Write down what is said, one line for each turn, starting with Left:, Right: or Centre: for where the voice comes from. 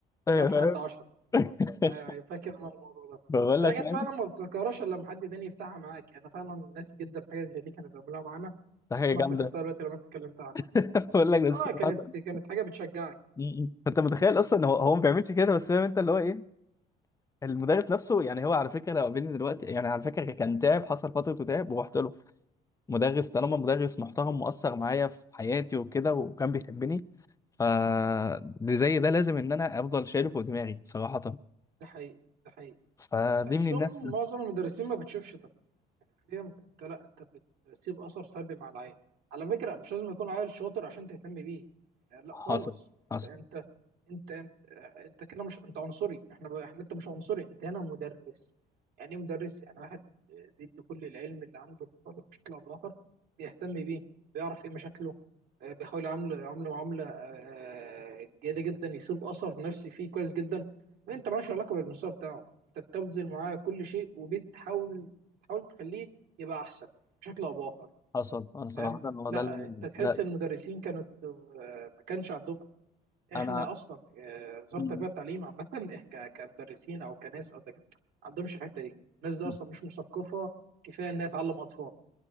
Left: ايوه
Right: بيقف
Left: فاهم
Right: لحد 10
Left: <laughs>
Right: ايوه ايوه فاكر انا الموضوع ده
Left: بقول
Right: في
Left: لك
Right: حاجات
Left: فاهم
Right: فعلا ما بتتذكرهاش الا لما حد تاني يفتحها معاك يعني انا فعلا ناسي جدا حاجه زي دي كانوا بيعملوها معانا
Left: ده حاجه
Right: بس انا
Left: جامده
Right: افتكرتها دلوقتي لما انت اتكلمت عنها
Left: <laughs> بقول لك بس
Right: اه
Left: صراحة-
Right: كانت كانت حاجه بتشجعك
Left: م-م. فانت متخيل اصلا هو هو ما بيعملش كده بس فاهم انت اللي هو ايه المدرس نفسه يعني هو على فكره لو قابلني دلوقتي يعني على فكره كان تعب حصل فتره تعب ورحت له مدرس طالما مدرس محترم مؤثر معايا في حياتي وكده وكان بيحبني ف زي ده لازم ان انا افضل شايله فوق دماغي صراحه
Right: ده حقيقي ده حقيقي
Left: فدي
Right: بحسهم
Left: من الناس
Right: معظم المدرسين ما بتشوفش فهمت انت لا انت بتسيب اثر سلبي مع العيل على فكره مش لازم يكون عيل شاطر عشان تهتم بيه يعني لا
Left: حصل
Right: خالص
Left: حصل
Right: انت انت انت انت, انت كده مش انت عنصري احنا ب... احنا انت مش عنصري انت هنا مدرس يعني ايه مدرس يعني واحد بيدي كل العلم اللي عنده للطالب بشكل او باخر بيهتم بيه بيعرف ايه مشاكله آه، بيحاول يعامله يعامله معامله آه، آه، جيده جدا يسيب اثر نفسي فيه كويس جدا انت مالكش علاقه بالمستوى بتاعه انت بتبذل معاه كل شيء وبتحاول تحاول تخليه يبقى احسن بشكل او باخر
Left: حصل انا صراحة
Right: فاهم
Left: هو
Right: لا
Left: ده اللي أنا-
Right: انت تحس
Left: ده
Right: ان المدرسين كانت آه، ما كانش عندهم احنا
Left: انا
Right: اصلا آه، وزاره
Left: م-
Right: التربيه والتعليم عامه إح- ك- كمدرسين او كناس او دكاتره ما عندهمش الحته دي الناس دي
Left: م-
Right: اصلا مش مثقفه كفايه انها تعلم اطفال